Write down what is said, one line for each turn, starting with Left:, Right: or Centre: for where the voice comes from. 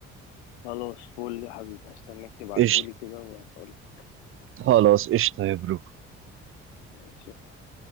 Left: خلاص فول يا حبيبي هستناك تبعتهولي
Right: قشطة
Left: كده وأقول لك
Right: خلاص قشطة يا برو
Left: ماشي يا صاحبي